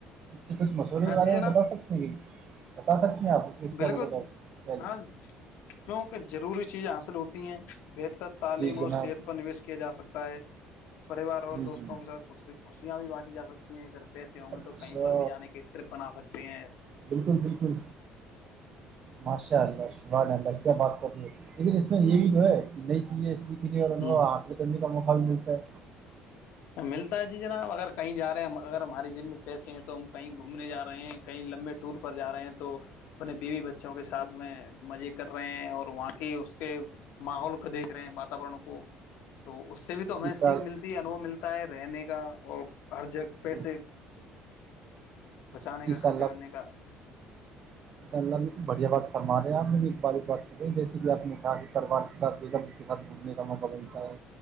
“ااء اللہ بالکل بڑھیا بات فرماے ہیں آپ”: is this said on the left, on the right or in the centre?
Right